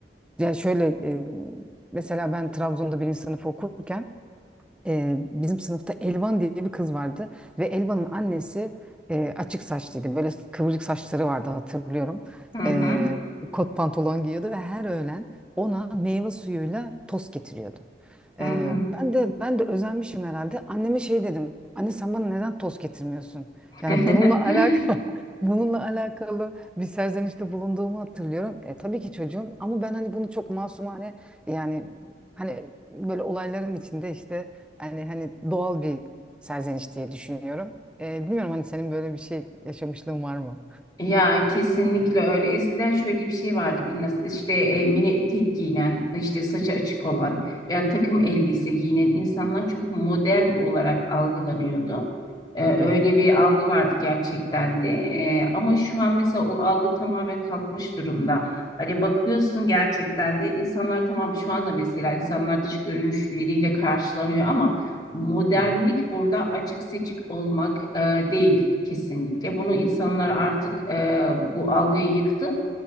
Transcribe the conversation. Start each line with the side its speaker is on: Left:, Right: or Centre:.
Centre: yani şöyle e, mesela ben Trabzon'da birinci sınıf okurken e, bizim sınıfta Elvan diye bir kız vardı ve Elvan'ın annesi e, açık saçlıydı. Böyle kıvırcık saçları vardı hatırlıyorum.
Left: hı hı,
Centre: E, kot pantolon giyiyordu ve her öğlen ona meyve suyuyla tost getiriyordu.
Left: hı
Centre: E,
Left: hı.
Centre: ben de ben de özenmişim herhalde. Anneme şey dedim. Anne sen bana neden tost getirmiyorsun?
Left: <laughs>
Centre: Yani bununla alakalı <laughs> bununla alakalı bir serzenişte bulunduğumu hatırlıyorum. E, tabii ki çocuğum ama ben hani bunu çok masumane yani hani böyle olayların içinde işte yani hani doğal bir serzeniş diye düşünüyorum. Ee, bilmiyorum hani senin böyle bir şey yaşamışlığın var mı?
Left: Ya kesinlikle öyle. Eskiden şöyle bir şey vardı biraz işte e, mini etek giyinen, işte saçı açık olan veya takım elbise giyinen insanlar çok modern olarak algılanıyordu. E, öyle
Centre: Hı hı.
Left: bir algı vardı gerçekten de. E, ama şu an mesela o algı tamamen kalkmış durumda. Hani bakıyorsun gerçekten de insanlar tamam şu anda mesela insanlar dış görünüşleriyle karşılanıyor ama Modernlik
Centre: Hı hı.
Left: burada açık seçik olmak e, değil kesinlikle. Bunu insanlar artık e, bu algıyı yıktı.